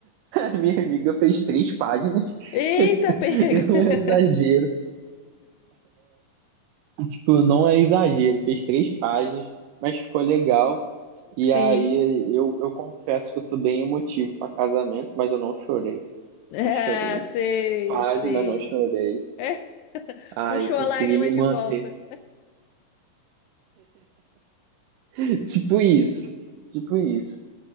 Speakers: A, on the right; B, on the left.
A: A minha amiga fez três páginas, <laughs>
B: Eita,
A: e
B: pega! <laughs>
A: não é exagero, tipo, não é exagero, fez três páginas, mas ficou legal. E
B: Sim.
A: aí eu, eu confesso que eu sou bem emotivo pra casamento, mas eu não chorei,
B: Ah,
A: não chorei.
B: sei,
A: Quase,
B: sei.
A: mas não chorei.
B: É. <laughs>
A: Ah,
B: Puxou
A: eu consegui
B: a lágrima
A: me
B: de
A: manter.
B: volta.
A: <laughs> Tipo isso. Tipo isso.